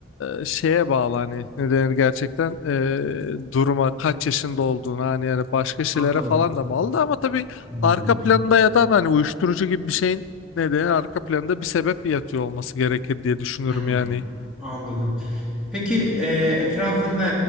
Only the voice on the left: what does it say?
e, şeye bağlı hani ne denir gerçekten e, duruma kaç yaşında olduğuna hani yani başka şeylere
falan da bağlı da ama tabii
arka planında yatan hani uyuşturucu gibi bir şeyin ne denir arka planında bir sebep yatıyor olması gerekir diye düşünüyorum
yani.